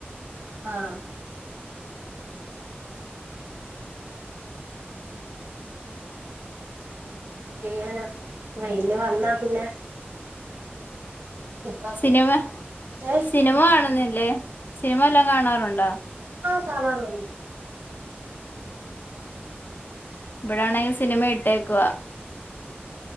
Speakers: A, on the right (about 60°); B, on the left (about 50°).
A: അഹ് ആഹ് ന്ത് ചെയ്യാനാ വെയില് വന്നാ പിന്നെ ഇപ്പം
B: സിനിമാ
A: ഏഹ്
B: സിന്‌മ കാണുന്നില്ലേ സിന്‌മ വല്ലോം കാണാറുണ്ടോ
A: ആഹ് കാണാറുൺ
B: ഇവ്ടാണെങ്കി സിന്‌മ ഇട്ടേക്കുവാ